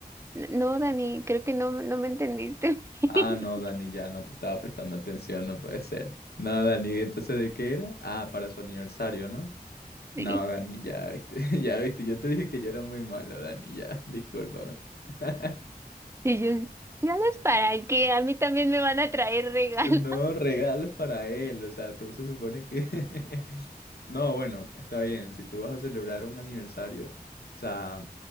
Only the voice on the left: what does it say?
Ah, no, Dani, ya no te estaba prestando atención, no puede ser. No, Dani, entonces ¿de qué era? Ah, para su aniversario, ¿no? No,
Dani, ya viste, <laughs> ya viste, yo te dije que yo era muy malo, Dani, ya, discúlpame. <laughs>
No, regalos para él, o sea, tú se supone que... <laughs> No, bueno, está bien, si tú vas a celebrar un aniversario, o sea,